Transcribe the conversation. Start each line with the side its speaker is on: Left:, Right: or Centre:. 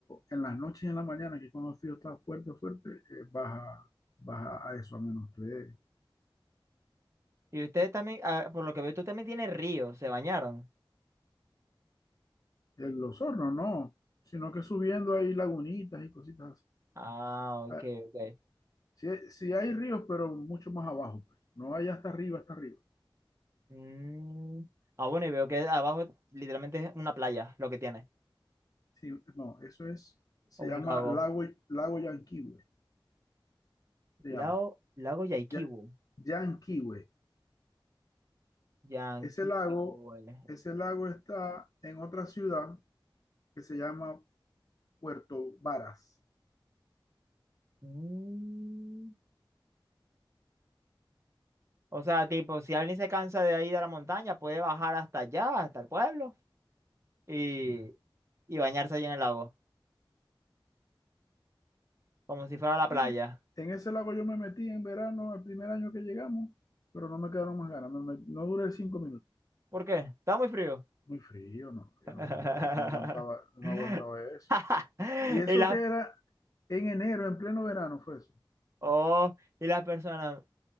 Left: en las noches y en la mañana, que cuando el frío está fuerte, fuerte, eh, baja, baja a eso, a menos tres
Right: Y ustedes también, ah, por lo que veo, tú también tienes río, se bañaron.
Left: En los hornos no, sino que subiendo hay lagunitas y cositas así.
Right: Ah, ok,
Left: Ah,
Right: ok.
Left: Sí, sí hay ríos, pero mucho más abajo. No hay hasta arriba, hasta arriba.
Right: Mm, Ah, bueno, y veo que abajo literalmente es una playa lo que tiene,
Left: Sí, no, eso es, se
Right: o un
Left: llama
Right: lago.
Left: lago, lago Yanquihue, se llama.
Right: Lago, lago Yaikibu.
Left: Ya, Yanquihue.
Right: Yanquiwe.
Left: Ese lago, ese lago está en otra ciudad que se llama Puerto Varas.
Right: Mm. O sea, tipo, si alguien se cansa de ahí de la montaña, puede bajar hasta allá, hasta el pueblo, y,
Left: Sí.
Right: y bañarse allí en el lago, como si fuera la
Left: Sí,
Right: playa.
Left: en ese lago yo me metí en verano, el primer año que llegamos, pero no me quedaron más ganas. me met- no duré cinco minutos.
Right: ¿Por qué? Está muy frío.
Left: Muy frío, no,
Right: <laughs>
Left: yo no aguanto, no aguantaba, no aguantaba eso.
Right: <laughs>
Left: Y eso
Right: Y las,
Left: que era en enero, en pleno verano, fue eso.
Right: oh, y las personas,